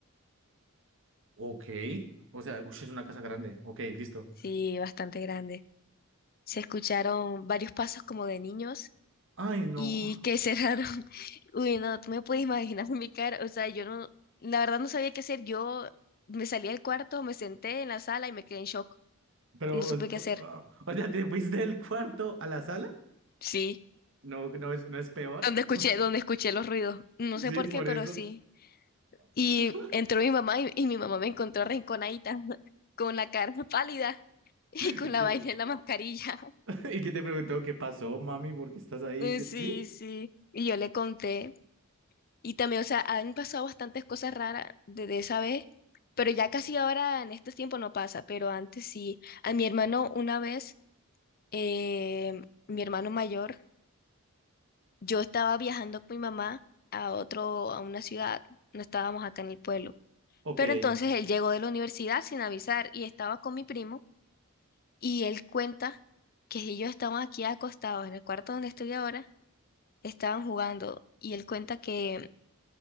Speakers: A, on the right; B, on the left.
A: Ok. O sea, ush, es una casa grande. Ok, listo.
B: sí, bastante grande. Se escucharon varios pasos como de niños
A: Ay, no.
B: y que cerraron. <laughs> Uy, no, tú me puedes imaginar mi cara, o sea, yo no, la verdad no sabía qué hacer, yo me salí del cuarto, me senté en la sala y me quedé en shock,
A: Pero,
B: no supe
A: o, o-
B: qué hacer,
A: ah, o sea, ¿te fuiste del cuarto a la sala?
B: sí.
A: No, no es, no es peor.
B: Donde
A: <laughs>
B: escuché, donde escuché los ruidos. No
A: O
B: sé
A: sea,
B: por
A: sí, por
B: qué, pero
A: eso.
B: sí. Y
A: <laughs>
B: entró mi mamá y, y mi mamá me encontró arrinconadita, <laughs> con la cara <laughs> pálida y con
A: ¿Y qué
B: la vaina en la mascarilla. <laughs>
A: <laughs> y qué te preguntó qué pasó, mami? ¿Por qué estás ahí?
B: Eh,
A: ¿Qué,
B: Sí,
A: sí?
B: sí. Y yo le conté. Y también, o sea, han pasado bastantes cosas raras desde esa vez, pero ya casi ahora en estos tiempos no pasa, pero antes sí. A mi hermano una vez, eh, mi hermano mayor, yo estaba viajando con mi mamá a otro, a una ciudad, no estábamos acá en el pueblo.
A: Ok.
B: Pero entonces él llegó de la universidad sin avisar y estaba con mi primo Y él cuenta que si yo estamos aquí acostados en el cuarto donde estoy ahora, estaban jugando y él cuenta que,